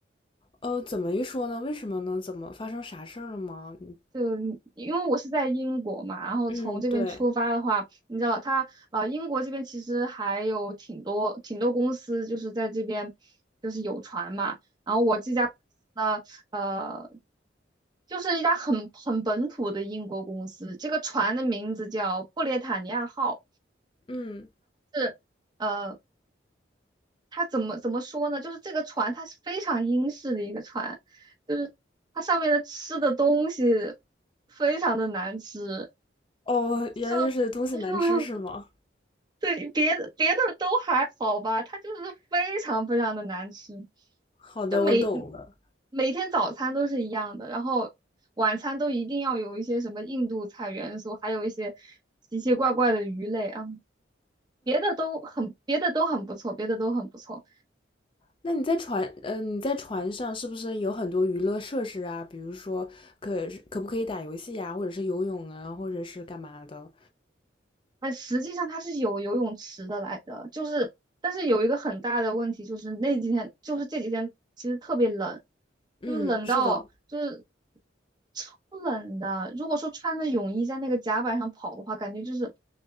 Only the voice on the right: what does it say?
就因为我是在英国嘛，然后从这边出发的话，
你知道它呃，英国这边其实还有挺多挺多公司就是在这边就是有船嘛，然后我这家公司呢，呃，就是一家很很本土的英国公司，这个船的名字叫布列塔尼亚号，
是呃，它怎么怎么说呢？就是这个船它是非常英式的一个船，就是它上面的吃的东西非常的难吃，
就 <laughs> 对别的别的都还好吧，它就是非常非常的难吃，
就每
每天早餐都是一样的，然后晚餐都一定要有一些什么印度菜元素，还有一些奇奇怪怪的鱼类啊，别的都很别的都很不错，别的都很不错。
哎，实际上它是有游泳池的来的，就是，但是有一个很大的问题就是那几天，就是这几天其实特别冷，
就是冷到就是
超冷的。如果说穿着泳衣在那个甲板上跑的话，感觉就是